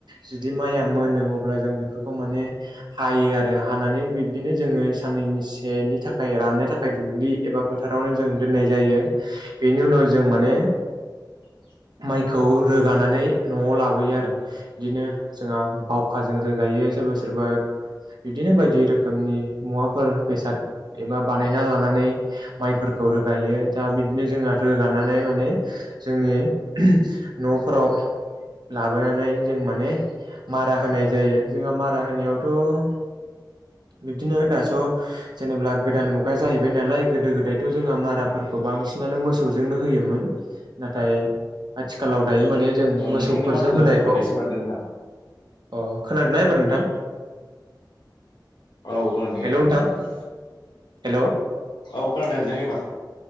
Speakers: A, on the right; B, on the left.
A: जुदि माइआ मोनो अब्ला जों बेफोरखौ माने हायो आरो हानानै बिब्दिनो जोङो सानैनिसे नि थाखाय राननो थाखाय दुब्लि एबा फो थारावनो जों दोननाय जायो बेनि उनाव जों माने
B: <inaudible>
A: माइखौ रोगानानै न'आव लाबोयो आरो बिदिनो जोंहा बावखाजों रोगायो सोरबा सोरबा। बिदिनो बायदि रोखोमनि मुवाफोर बेसाद एबा बानायना लानानै माइफोरखौ रोगायो दा बिदिनो जोंहा रोगानानै माने जोंनि न' फोराव। लाबोनानै जों माने मारा होनाय जायो जोंहा मारा होनायावथ' बिब्दिनो दाथ' जेनेब्ला गोदान मुगा जाहैबाय नालाय गोदो गोदायथ' जोंङो माराफोरखौ बा बांसिनानो मोसौजोंनो होयोमोन नाथाय आथिखालाव दायो माने जों
B: औ
A: मोसौफोरजों
B: नोंथांनि माथोखौ
A: होनायखौ
B: मोजां खोनायासै माथो नोंथां
A: अ खोनादोंना एबार नोंथां?
B: औ खोनादों
A: हेल'
B: एबार
A: नोंथां
B: खोनादों
A: हेल'
B: औ खोनादों नोंथां एबार।